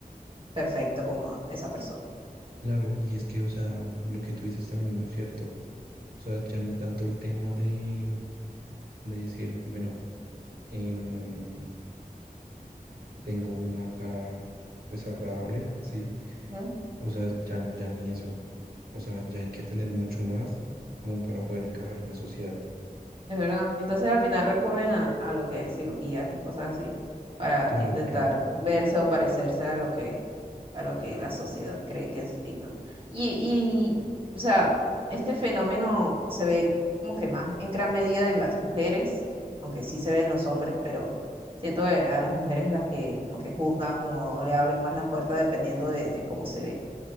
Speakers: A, on the right; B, on the right.
A: perfecto como esa persona.
B: Claro, y es que, o sea, lo que tú dices también es muy cierto. O sea, ya ni tanto el tema de, de decir, bueno, em, tengo una cara desagradable, ¿sí?
A: Ujú.
B: O sea, ya, ya ni eso. O sea, ya hay que tener mucho más como para poder encajar en la sociedad.
A: Es verdad. Entonces al final recurren a, a lo que es cirugías y cosas así para
B: Claro,
A: intentar
B: claro,
A: verse o parecerse a lo que, a lo que la sociedad cree que es lindo. Y, y, o sea, este fenómeno se ve como que más en gran medida en las mujeres, aunque sí se ven los hombres, pero siento que a las mujeres es las que como que juzgan o le abren más las puertas dependiendo de, de cómo se ve.